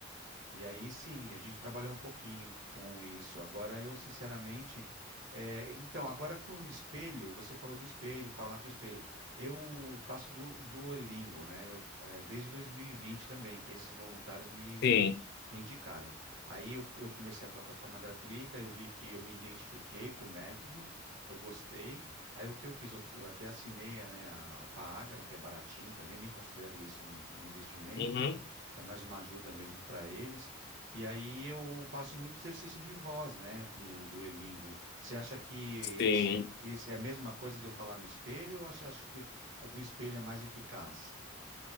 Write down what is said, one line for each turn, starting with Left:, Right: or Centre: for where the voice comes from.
Right: E aí sim, a gente trabalhou um pouquinho com isso. Agora eu, sinceramente, é, então, agora com o espelho, você falou do espelho, falar com o espelho. Eu faço du, Duolingo, né? Eu, é, desde 2020 também, que esses voluntários me,
Left: Sim.
Right: me indicaram. Aí eu, eu comecei a plataforma gratuita, eu vi que eu me identifiquei com o método, eu gostei. Aí o que eu fiz? Eu, eu até assinei, né, a, a paga, que é baratinho também, nem considero isso um um investimento.
Left: Uhum.
Right: É mais uma ajuda mesmo para eles. E aí eu faço muito exercício de voz, né, no Duolingo. Você acha que
Left: Sim.
Right: esse, esse é a mesma coisa de eu falar no espelho ou você acha que a do espelho é mais eficaz?